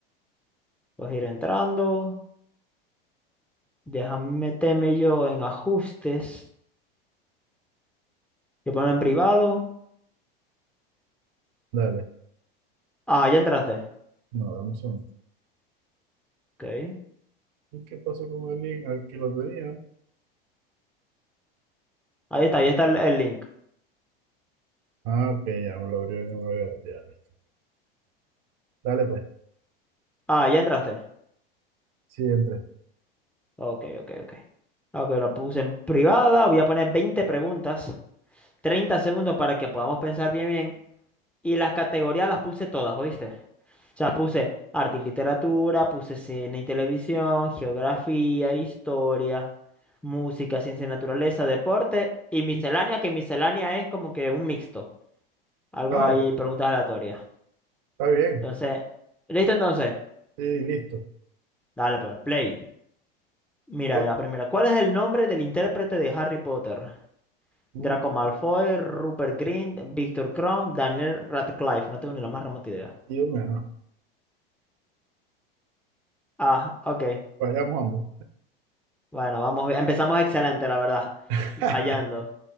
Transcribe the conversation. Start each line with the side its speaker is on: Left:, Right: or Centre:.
Centre: Puedes ir entrando. Déjame meterme yo en ajustes. Yo pongo en privado.
Right: dale.
Centre: Ah, ya entraste.
Right: No, dame un segundo.
Centre: Ok.
Right: ¿Y qué pasó con el link? Aquí lo tenía.
Centre: Ahí está, ahí está el, el link.
Right: Ah, ok, ya me lo abrió, no me lo abrió. Ya, listo. Dale, pues,
Centre: Ah, ya entraste.
Right: sí, entré.
Centre: Ok, ok, ok. Ok, lo puse en privada. Voy a poner 20 preguntas, 30 segundos para que podamos pensar bien, bien. Y las categorías las puse todas, ¿oíste? O sea, puse arte y literatura, puse cine y televisión, geografía, historia, música, ciencia y naturaleza, deporte y miscelánea, que miscelánea es como que un mixto. Algo
Right: Ah,
Centre: ahí,
Right: ok.
Centre: preguntas aleatorias.
Right: Está bien.
Centre: Entonces, ¿listo entonces?
Right: Sí, listo.
Centre: Dale, pues, play. Mira,
Right: Pues,
Centre: la primera. ¿Cuál es el nombre del intérprete de Harry Potter?
Right: mm,
Centre: Draco Malfoy, Rupert Grint, Victor Crumb, Daniel Radcliffe. No tengo ni la más remota idea.
Right: Dios mío, no.
Centre: Ah, ok.
Right: Fallamos ambos.
Centre: Bueno, vamos bien. Empezamos excelente, la verdad.
Right: <laughs>
Centre: Fallando.